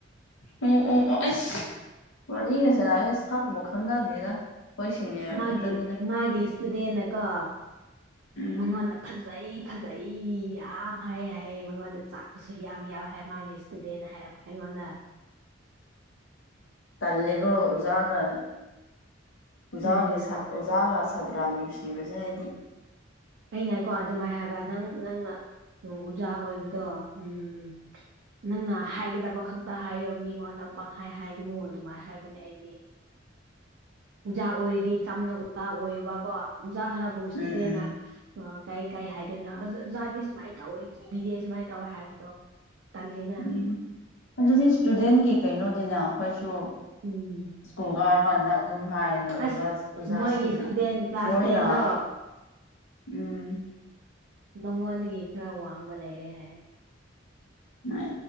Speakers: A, on the left (about 80°); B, on the right (about 65°).
A: ꯑꯣ ꯑꯣ ꯑꯣ ꯑꯁ ꯋꯥꯔꯤꯒꯁꯅꯩꯁ‌ꯦ ꯁꯛꯄꯨ ꯈꯪꯅꯗꯦꯗ ꯁꯤꯅꯤꯌꯔ
B: ꯃꯥꯒꯤ
A: ꯈꯛꯇꯅꯤꯗ
B: ꯃꯥꯒꯤ ꯏꯁꯇꯨꯗꯦꯟꯅꯀꯣ
A: ꯎꯝ
B: ꯃꯉꯣꯟꯗ ꯐꯖꯩ ꯐꯖꯩ ꯌꯥꯝ ꯍꯥꯏ ꯍꯥꯏꯌꯦ ꯃꯉꯣꯟꯗ ꯆꯥꯛꯄꯁꯨ ꯌꯥꯝ ꯌꯥꯎꯋꯦ ꯍꯥꯏ ꯃꯥꯒꯤ ꯏꯁꯇꯨꯗꯦꯟ ꯍꯥꯏꯔꯄ ꯑꯩꯉꯣꯟꯗ
A: ꯇꯜꯂꯤꯀꫭ ꯎꯖꯥꯒ ꯎꯖꯥꯒꯤ
B: ꯎꯝ
A: ꯎꯖꯥꯒ ꯁꯇ꯭ꯔꯥ ꯅꯨꯡꯁꯤꯅꯕꯁ‌ꯦ ꯍꯥꯏꯗꯤ
B: ꯑꯩꯅꯀꯣ ꯑꯗꯨꯃꯥꯏꯅ ꯍꯥꯏꯕ ꯅꯪ ꯅꯪꯅ ꯎꯝ ꯎꯖꯥ ꯑꯣꯏꯕꯗꯣ ꯎꯝ ꯅꯪꯅ ꯍꯥꯏꯒꯗꯕ ꯈꯛꯇ ꯍꯥꯏꯌꯣ ꯃꯤꯉꯣꯟꯗ ꯄꯪꯍꯥꯏ ꯍꯥꯏꯒꯅꯨ ꯑꯗꯨꯃꯥꯏꯅ ꯍꯥꯏꯕꯅꯦ ꯑꯩꯗꯤ
A: <inaudible>
B: ꯎꯖꯥ ꯑꯣꯏꯔꯗꯤ ꯆꯝꯅ ꯎꯖꯥ ꯑꯣꯏꯌꯣꯕꯀꯣ ꯎꯖꯥ ꯈꯔꯕꯨ ꯁꯇꯨꯗꯦꯟꯅ
A: ꯎꯝ
B: ꯑ ꯀꯩ ꯀꯩ ꯍꯥꯏꯗꯣꯏꯅꯣ ꯑꯣꯖꯥꯗꯤ ꯁꯨꯃꯥꯏꯅ ꯇꯧꯋꯦ ꯀꯤꯕꯤꯗꯦ ꯁꯨꯃꯥꯏꯅ ꯇꯧꯋꯦ ꯍꯥꯏꯕꯗꯣ ꯇꯜꯂꯅ
A: ꯎꯝ ꯑꯗꯨꯗꯤ ꯏꯁꯇꯨꯗꯦꯟꯒꯤ ꯀꯩꯅꯣꯗꯤꯅ ꯑꯩꯈꯣꯏꯁꯨ
B: ꯎꯝ
A: ꯁ꯭ꯀꯨꯜ ꯀꯥꯏꯔ ꯀꯥꯟꯗ ꯑꯗꯨꯝ ꯍꯥꯏꯌꯦꯅ ꯑꯣꯖ
B: ꯑꯁ
A: ꯑꯣꯖꯥꯁꯤꯡꯅ
B: ꯃꯣꯏꯒꯤ ꯏꯁꯇꯨꯗꯦꯟ ꯀ꯭ꯂꯥꯁ
A: ꯃꯣꯏꯅ
B: ꯇꯦꯟꯗꯣ
A: ꯎꯝ
B: ꯃꯉꯣꯟꯗꯒꯤ ꯈꯔ ꯋꯥꯡꯕ ꯂꯩꯔꯦ ꯍꯥꯏꯔ‌ꯦ
A: ꯑ